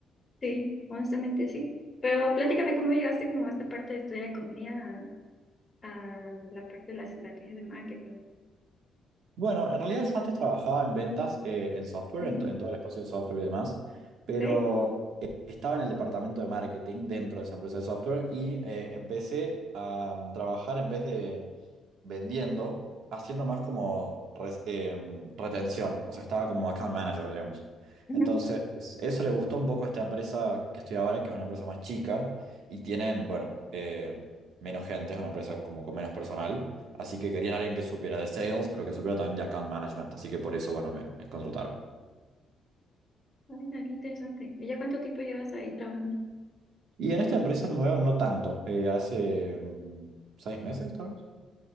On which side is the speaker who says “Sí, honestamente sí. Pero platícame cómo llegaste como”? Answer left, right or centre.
Left